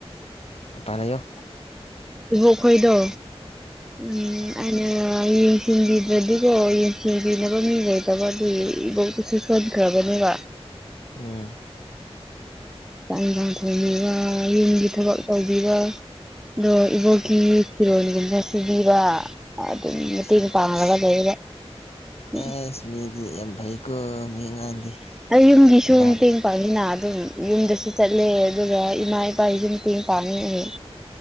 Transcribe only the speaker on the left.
ꯄꯂꯦꯌꯣ
ꯎꯝ
ꯑꯁ
ꯑꯦꯁ ꯃꯤꯗꯤ ꯌꯥꯝ ꯐꯩꯀꯣ ꯃꯤ ꯑꯉꯥꯡꯗꯤ
ꯁꯦꯕꯥꯒ